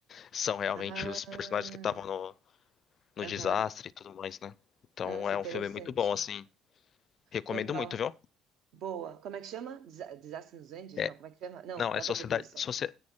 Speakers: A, on the left; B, on the right.
A: são realmente
B: Ah,
A: os personagens que estavam no no
B: aham.
A: desastre e tudo mais, né? Então
B: Nossa,
A: é
B: interessante.
A: um filme muito bom, assim. Recomendo
B: Legal.
A: muito, viu?
B: Boa. Como é que chama? Desa- Desastre nos Andes?
A: É,
B: Não, como é que chama? Não,
A: não,
B: nada
A: é Sociedade,
B: a ver com isso.
A: Socie-